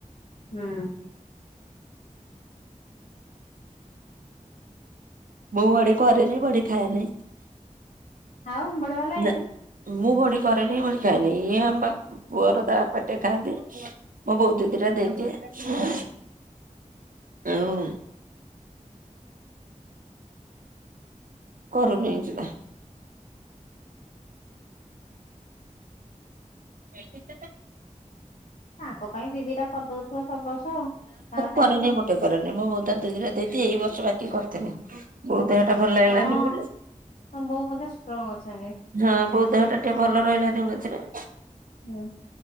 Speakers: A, on the left; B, on the right.
A: ହୁଁ।
B: ମୁଁ ବଢ଼ି କରେନି ବଢ଼ି ଖାଏନି
A: ଆଉ ବଢିଆ ଲାଗେନି
B: ନା। ମୁଁ ବଢି କରେନି ବଢି ଖାଏନି। ଇଏ ଆମ ବା ପୁଅର ତା ବାପା ଟିଏ ଖାଆନ୍ତି। ମୋ ବୋଉ ଦି ଦିଟା ଦେଇଦିଏ ଆଉଁ କରୁନି ଯିବା। <unintelligible>
A: ତାଙ୍କ ପାଇଁ ଦିଦି ଟା କରିଦଉଥିବ ସବୁ ବର୍ଷ ତାଙ୍କ୍ ଖାଇବେ
B: କରେନି
A: ଆଉ।
B: ମୋଟେ ରେନି ମୁଁ ବୋଉ ତା ଦି ଦିଟା ଦେଇଦିଏ ଏଇ ବର୍ଷ ବାକି କରିଥିଲି ବୋଉ ଦେହଟା ଭଲ ଲାଗିଲାନି
A: ଆଉ ହଁ
B: ବୋଲି।
A: ତମ ବୋଉ ବଧେ ଷ୍ଟ୍ରଙ୍ଗ୍ ଅଛନ୍ତି?
B: ହଁ ବୋଉ ଦେହ ଟା ଟିକେ ଭଲ ରହିଲାନି ମଝିରେ।
A: ହୁଁ।